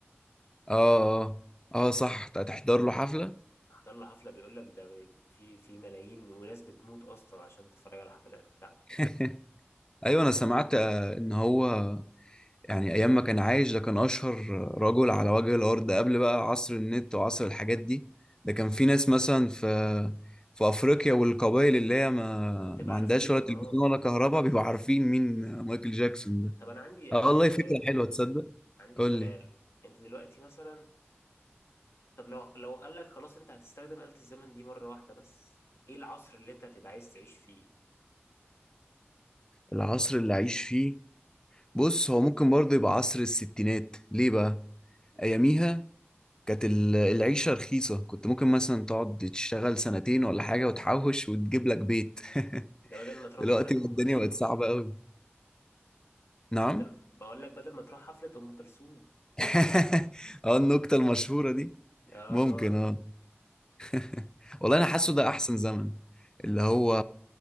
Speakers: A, on the left; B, on the left.
A: اه اه صح تحضر له حفله
B: احضر له حفلة بيقول لك ده بي- في في ملايين وناس بتموت اصلا عشان تتفرج على الحفلات بتاعته
A: <laughs> ايوه انا سمعت آه، ان هو يعني ايام ما كان عايش ده كان اشهر رجل على وجه الارض قبل بقى عصر النت وعصر الحاجات دي ده كان في ناس مثلا في في افريقيا والقبائل اللي هي ما
B: وتبقى
A: ما عندهاش
B: عارفين
A: ولا
B: اه
A: تلفزيون ولا كهرباء بيبقوا عارفين مين مايكل جاكسون ده
B: طب انا عندي عندي
A: اه والله
B: سؤال
A: فكرة حلوة تصدق
B: عندي
A: قول
B: سؤال
A: لي
B: انت دلوقتي مثلا طب لو لو قال لك خلاص انت هتستخدم آلة الزمن دي مرة واحدة بس ايه العصر اللي انت هتبقى عايز تعيش فيه
A: العصر اللي عايش فيه بص هو ممكن برضه يبقى عصر الستينات ليه بقى
B: ليه
A: اياميها كانت ال- العيشة رخيصة كنت ممكن مثلا تقعد تشتغل سنتين ولا حاجة وتحوش وتجيب لك بيت <laughs>
B: ده بدل ما تروح
A: دلوقتي
B: حفلة
A: الدنيا
B: ام كلثوم
A: بقت صعبة
B: بقى
A: قوي نعم
B: بدل... بقول لك بدل ما تروح حفلة ام كلثوم
A: <laughs> اه النكتة المشهورة دي
B: اه
A: ممكن
B: اللي هو
A: اه <laughs> والله انا حاسه ده احسن زمن اللي هو